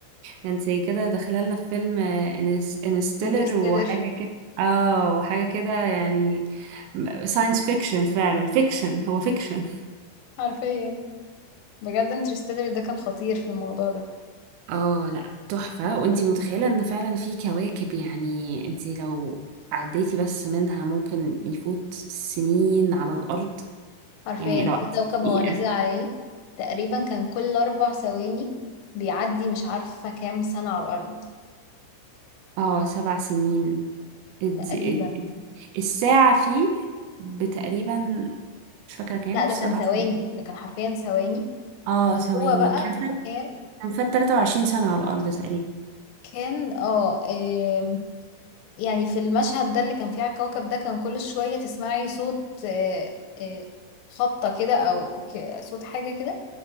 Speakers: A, on the right; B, on the left.
A: ده انتي كده داخلة لنا في فيلم انس... انستيلر
B: انترستيلر
A: وحاجة كده اه وحاجة كده يعني ساينس فيكشن فعلا فيكشن هو فيكشن
B: حرفيا بجد انترستيلر ده كان خطير في الموضوع ده
A: اه لا تحفة وانتي متخيلة ان فعلا في كواكب يعني انتي لو عديتي بس منها ممكن يفوت سنين على الارض
B: حرفيا
A: يعني لو
B: في
A: قعدتي
B: كوكب
A: دقيقة
B: هو نزل عليه تقريبا كان كل أربع ثواني بيعدي مش عارفة كام سنة على الأرض
A: اه سبع سنين الد-
B: تقريبا
A: الد- الساعة فيه بتقريبا مش فاكرة كام
B: لا ده
A: سبع
B: كان ثواني
A: سنين
B: ده كان حرفيا ثواني
A: اه ثواني
B: هو بقى
A: كان فات
B: كان
A: كان فات 23 سنة على الارض تقريبا
B: كان اه آم، يعني في المشهد ده اللي كان فيه على الكوكب ده كان كل شوية تسمعي صوت آه، آه، خبطة كده أو ك- صوت حاجة كده